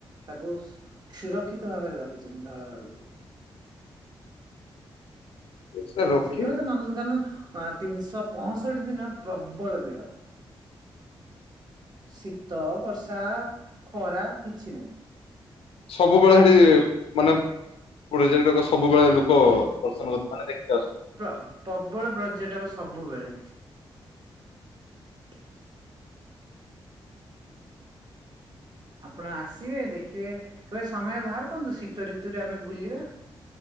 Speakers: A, on the right; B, on the left.
A: ତାକୁ ସ୍ ସୁରକ୍ଷିତ ଭାବରେ ରଖିଚନ୍ତି ଧଳା ବାଘକୁ।
B: ସେଟା ରଖିବେ
A: ସେଥିପାଇଁ ତ ନନ୍ଦନକାନନ ଅ ତିନିଶହ ପଂଷଠି ଦିନ ପ୍ରବଳ ଭିଡ଼। ଶୀତ ବର୍ଷା ଖରା କିଛି ନାଇଁ।
B: ସବୁବେଳେ ହେଠି ମାନେ ପର୍ଯ୍ୟଟକ ସବୁବେଳେ ଲୋକ ଦର୍ଶନ କରି ମାନେ ଦେଖି ଆସୁ
A: ପ୍ର ପବଳ ପର୍ଯ୍ୟଟକ ସବୁବେଳେ। <inaudible> ଆପଣ ଆସିବେ ଦେଖିବେ କେବେ ସମୟ ବାହାର କରନ୍ତୁ ଶୀତ ଋତୁରେ ଆମେ ବୁଲିବା।